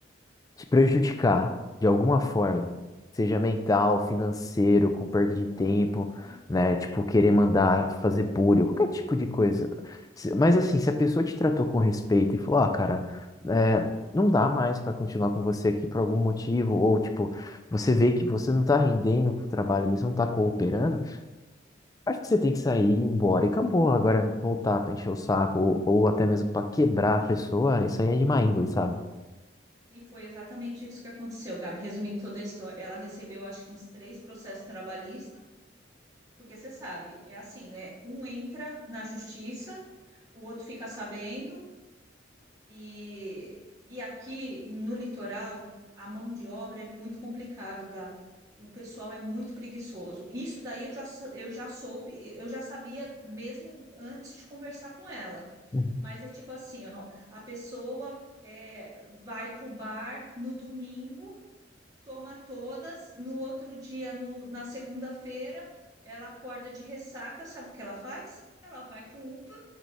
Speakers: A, on the left; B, on the right.
A: te prejudicar de alguma forma, seja
B: Sim,
A: mental,
B: sim, claro,
A: financeiro, com perda de
B: claro.
A: tempo, né? Tipo, querer mandar fazer bullying, qualquer tipo de coisa. Se- Mas assim, se a pessoa te tratou com respeito e falou, ah, cara, é, não dá mais para continuar com você aqui por algum motivo, ou tipo, você vê que você não tá rendendo pro trabalho, você não tá cooperando, acho que você tem que sair, ir embora e acabou. Agora, voltar para encher o saco, ou, ou até mesmo para quebrar a pessoa, isso aí é de má índole, sabe?
B: E foi exatamente isso que aconteceu, Gabi. Resumindo toda a história, ela recebeu acho que uns três processos trabalhistas, porque você sabe, é assim, né? Um entra na justiça, o outro fica sabendo, e, e aqui no litoral a mão de obra é muito complicado, Gá. O pessoal é muito preguiçoso. Isso daí eu já, sa- eu já soube, eu já sabia mesmo antes de conversar com ela.
A: Uhum.
B: Mas é tipo assim, ó, a pessoa é, vai pro bar no domingo toma todas, no outro dia, no- na segunda-feira, ela acorda de ressaca, sabe o que ela faz? Ela vai para o UPA,